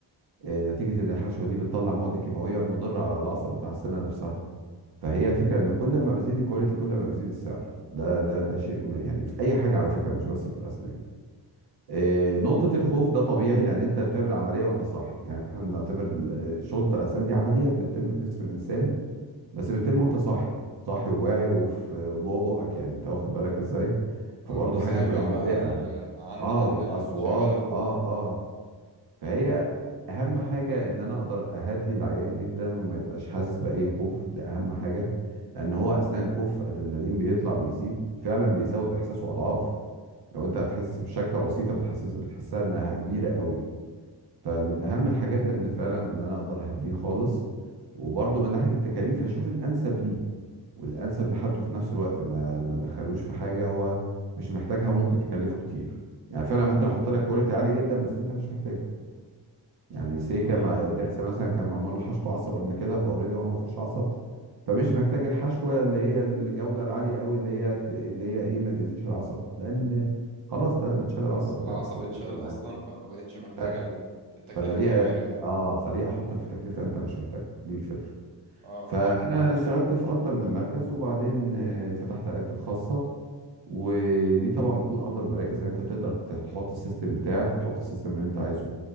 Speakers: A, on the right; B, on the right.
A: آه، نتيجة ان الحشوة دي بتطلع مواد كيماوية مضرة على العصب بتاع السنة نفسها فهي الفكرة ان كل ما بيزيد الكواليتي كل ما بيزيد السعر ده ده ده شيء يعني في اي حاجة على فكرة مش بس في الاسنان آه، نقطة الخوف ده طبيعي لأن أنت بتعمل عملية وأنت صاح، يعني إحنا بنعتبر ال- الشغل بتاع الأسنان دي عمليات بتتم في جسم الإنسان بس بتتم وأنت صاحي، صاحي وواعي وفي جوه بقك يعني أنت واخد بالك إزاي؟ فبرضه
B: اه وسامع
A: حاجة بتبقى
B: بقى
A: مقلقة،
B: ال- عن
A: أه
B: عن
A: والأصوات
B: اللي شغالة في بقي
A: أه أه فهي أهم حاجة إن أنا أقدر أهدي العيان جدا وما يبقاش حاسس بأي خوف، ده أهم حاجة، لأن هو أثناء الخوف أدرينالين بيطلع بيزيد فعلا بيزود إحساسه أضعاف. لو انت هتحس بشكه بسيطه بتحسس بتحسها انها كبيره قوي فمن اهم الحاجات ان فعلا ان انا اقدر اهديه خالص وبرده من ناحيه التكاليف اشوف الانسب ليه والانسب لحالته في نفس الوقت ما ما دخلوش في حاجه هو مش محتاجها وممكن تكلفه كتير يعني فعلا ممكن احط لك كواليتي عالي جدا بس انت مش محتاجه يعني سيكا
B: امم
A: مع درس مثلا كان معمول له حشو عصب قبل كده فاوريدي هو ما فيهوش عصب فمش محتاج الحشوه اللي هي الجوده العاليه قوي اللي هي ت- اللي هي ايه ما تاذيش العصب لان خلاص ده متشال
B: خلاص
A: العصب بتاعه
B: العصب
A: فمش
B: اتشال
A: هتفرق معانا
B: اصلا فما بقتش محتاجة
A: فرق
B: ال- التكلفة
A: فانا ليه
B: الكبيرة
A: أ-
B: دي
A: اه فليه احطك في تكلفه انت مش محتاجها دي الفكره
B: اه
A: فانا
B: حلو
A: اشتغلت في اكتر من مركز وبعدين آه، فتحت عيادتي الخاصه ودي طبعا بتكون افضل مراكز لان انت بتقدر تحط السيستم بتاعك وتحط السيستم اللي انت عايزه